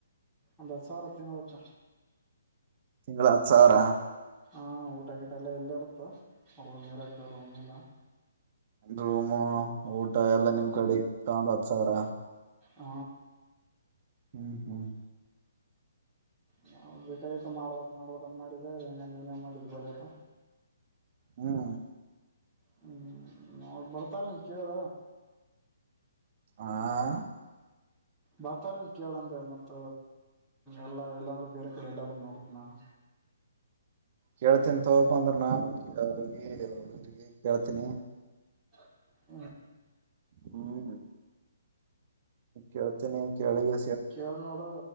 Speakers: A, in the centre; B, on the right.
A: ಅಂದ ಸಾವರ ತಿಂಗಕ್ಕ
B: ತಿಂಗಳ ಹತ್ತು ಸಾವಿರ
A: ಹಾ ಊಟ ಗೀಟ ಎಲ್ಲ ಎಲ್ಲ ಇರುತ್ತೆ ರೂಮ್ ಇರಾಕ ರೂಮ್ೆಲ್ಲ
B: ರೂಮು ಊಟ ಎಲ್ಲಾ ನಿಮ್ ಕಡೆ ಇ ತ ಒಂದ್ ಹತ್ ಸಾವಿರ
A: ಹ್ಮ
B: ಹ್ಮ್ ಹ್ಮ್
A: ನ ಬೇಕಾಗಿತ್ತು ಮಾಡ್ಬೇಕು ಮಾಡ್ಬೇಕುಂತ ಮಾಡಿದೆ ಹಂಗ ನೀನೇ ಮಾಡಿದ ಬೆಳೆತ
B: ಹ್ಮ್
A: ಹ್ಮ್ ನ ಬರ್ತಾರನ್ ಕೇಳ
B: ಆಾ
A: ಬಾತಾರನ್ ಕೇಳಂದೆ ಮತ್ತ ಎಲ್ಲಾ ಇಲ್ಲಾಂದ್ರೆ ಬೇರೆ ಕಡೆ ಎಲ್ಲಾದ್ರೂ ನೋಡತ ನಾಾನು
B: ಹೇಳ್ತಿ ಸೊ ಪಂದ್ರ ನಲ್ ಅವ ಅವಡುರಿಗೆ ಕೆಳತನ
A: ಹ
B: ಹ್ಮ್ ಕೇಳ್ತೇನಿ ಕೇಳಿಗೆ
A: ಚಲ್ ನೋಡು